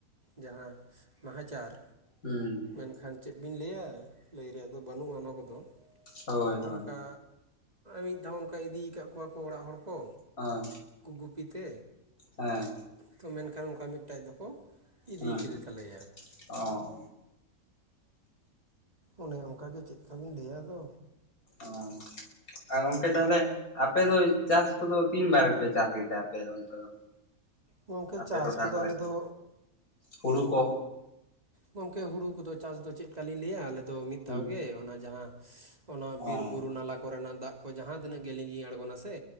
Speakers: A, on the right; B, on the left.
A: ᱡᱟᱦᱟᱸ ᱱᱟᱦᱟᱪᱟᱨ
B: ᱦᱩᱸ
A: ᱢᱮᱱᱠᱷᱟᱱ ᱪᱮᱫ ᱵᱤᱱ ᱞᱟᱹᱭᱟ ᱞᱟᱹᱭ ᱨᱮᱭᱟᱜ ᱫᱚ ᱵᱟᱹᱱᱩᱜᱼᱟ ᱚᱱᱟ ᱠᱚᱫᱚ
B: ᱦᱳᱭ
A: ᱟᱫᱚ
B: ᱦᱳᱭ
A: ᱚᱱᱠᱟ ᱢᱤᱫ ᱫᱷᱟᱣ ᱚᱱᱠᱟ ᱤᱫᱤ ᱠᱟᱜ ᱠᱚᱣᱟ ᱠᱚ ᱚᱲᱟᱜ ᱦᱚᱲ ᱠᱚ
B: ᱦᱳᱭ
A: ᱜᱩᱯᱤᱛᱮ
B: ᱦᱮᱸ
A: ᱛᱚ ᱢᱮᱱᱠᱷᱟᱱ ᱚᱱᱠᱟ ᱢᱤᱫᱴᱮᱡ ᱫᱚᱠᱚ ᱤᱫᱤ
B: ᱦᱩᱸ
A: ᱠᱮᱫᱮ ᱛᱟᱞᱮᱭᱟ।
B: ᱚ।
A: ᱚᱱᱮ ᱚᱱᱠᱟᱜᱮ ᱪᱮᱫᱠᱟ ᱵᱤᱱ ᱞᱟᱹᱭᱟ ᱟᱫᱚ।
B: ᱚ ᱟ ᱜᱚᱝᱠᱮ ᱛᱟᱦᱚᱞᱮ ᱟᱯᱮ ᱫᱚ ᱪᱟᱥ ᱠᱚᱫᱚ ᱛᱤᱱ ᱵᱟᱨ ᱯᱮ ᱪᱟᱥ ᱜᱮᱛᱮ ᱟᱯᱮ ᱚᱱᱛᱮ ᱫᱚ?
A: ᱜᱚᱝᱠᱮ
B: ᱟᱯᱮ
A: ᱪᱟᱥ
B: ᱴᱚᱴᱷᱟ
A: ᱠᱚᱫᱚ
B: ᱠᱚᱨᱮ
A: ᱟᱞᱮ ᱫᱚ
B: ᱦᱩᱲᱩ ᱠᱚ
A: ᱜᱚᱝᱠᱮ ᱦᱩᱲᱩ ᱠᱚᱫᱚ ᱪᱟᱥ ᱫᱚ ᱪᱮᱫ ᱠᱟᱞᱤᱧ ᱞᱟᱹᱭᱟ ᱟᱞᱮ ᱫᱚ ᱢᱤᱫ
B: ᱦᱩᱸ
A: ᱫᱷᱟᱣ ᱜᱮ ᱚᱱᱟ ᱡᱟᱦᱟᱸ ᱚᱱᱟ
B: ᱚ
A: ᱵᱤᱨ ᱵᱩᱨᱩ ᱱᱟᱞᱟ ᱠᱚᱨᱮᱱᱟᱜ ᱫᱟᱜ ᱠᱚ ᱡᱟᱦᱟᱸ ᱛᱤᱱᱟᱹᱜ ᱜᱮ ᱞᱤᱸᱜᱤ ᱟᱲᱜᱚᱱᱟ ᱥᱮ